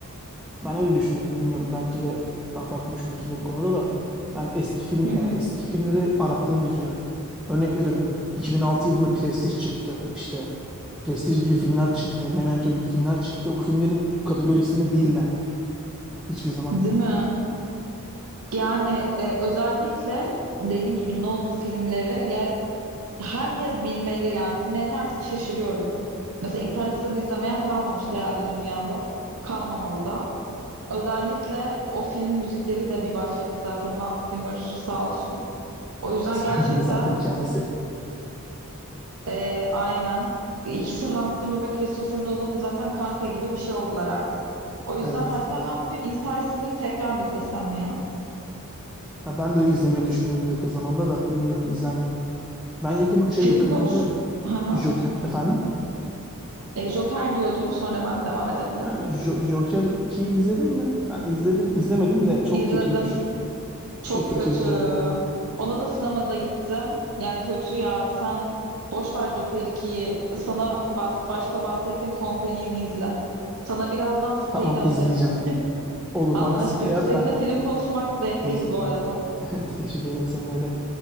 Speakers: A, in the centre; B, on the right.
A: Ben öyle düşünüyorum. Bilmiyorum belki de sen farklı düşünüyorsun da bu konuda da. Ben eski film
B: Hı hı.
A: yani eski filmleri arattığını düşünüyorum. Örnek veriyorum. 2006 yılında Prestige çıktı. İşte Prestige gibi filmler çıktı. Memento gibi filmler çıktı. Bu filmlerin kategorisinde değiller hiçbir zaman.
B: Değil mi? Yani e, özellikle dediğin gibi Nolan'ın filmleri ya herkes bilmeli. Yani bilmeyene artık şaşırıyorum. Mesela Interstellar'ı izlemeyen kalmamıştı herhalde dünyada. Kalmamalı da. Özellikle o filmin müzikleri de bir başyapıt zaten Hans Zimmer sağ olsun. O yüzden
A: <laughs>
B: gerçekten
A: Zaten kendisi.
B: e, aynen. İkisi Hans Zimmer ve Christopher Nolan zaten kanka gibi bir şey oldular artık. O yüzden
A: Evet,
B: hatta
A: evet.
B: ben bugün Interstellar'ı tekrar mı izlesem ya?
A: Ya ben de izlemeyi düşünüyorum yakın zamanda da bilmiyorum izler miyim. Ben yakın şey
B: Film
A: yakınlarda
B: konuş... <laughs> Hı hı.
A: Joker efendim
B: E, Joker diyordun sonra ben devam edebilirim.
A: ha, Jo- Joker 2'yi izledin mi? Ben izledim izlemedim de çok
B: İzledim.
A: kötüymüş.
B: Çok
A: Çok kötüymüş
B: kötü.
A: öyle diyorlar.
B: Ona da sinemada gittim. Yani kötü ya. Sen boş ver Joker 2'yi. Sana bas, başta bahsettiğim Companion'ı izle. Sana birazdan siteyi
A: Tamam
B: de atarım.
A: izleyeceğim.
B: <laughs>
A: Olur
B: Anlaştık.
A: bana siteye at
B: Seninle
A: ben
B: film konuşmak zevkliydi
A: izleyeyim.
B: bu arada.
A: <laughs> Teşekkür ederim seninle de.